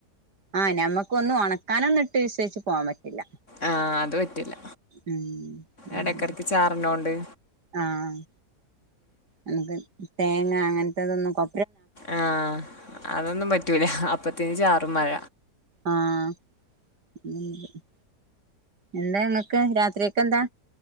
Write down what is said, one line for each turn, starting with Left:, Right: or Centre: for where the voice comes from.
Right: ആഹ് നമ്മക്ക് ഒന്നും ഒണക്കാനൊന്ന് ഇട്ട് വിസ്വയ്ച് പോവാൻ പറ്റില്ല.
Left: ആഹ് അത് പറ്റില്ല
Right: ഉം
Left: എടക്കെടക്ക്
Right: അങ്ങനെ
Left: ചാറ്ണോണ്ട്.
Right: ആഹ് നമുക്ക് തേങ്ങ അങ്ങൻത്തതൊന്നും കൊ
Left: ആഹ് അതൊന്നും പറ്റൂല അപ്പത്തിന് ചാറും മഴ.
Right: ആഹ് <unintelligible> എന്താ ഇങ്ങക്ക് രാത്രിക്കക്ക് എന്താ?